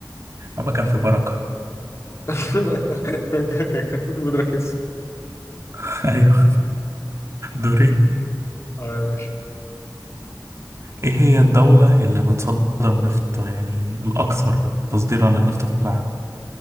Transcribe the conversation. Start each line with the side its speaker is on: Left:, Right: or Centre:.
Right: أما كان في بركة
Left: <laughs> كابتن بودراكس
Right: <laughs> أيوه دوري
Left: اه يا باشا
Right: إيه هي الدولة اللي بتصدر نفط يعني الأكثر تصديرا للنفط في العالم؟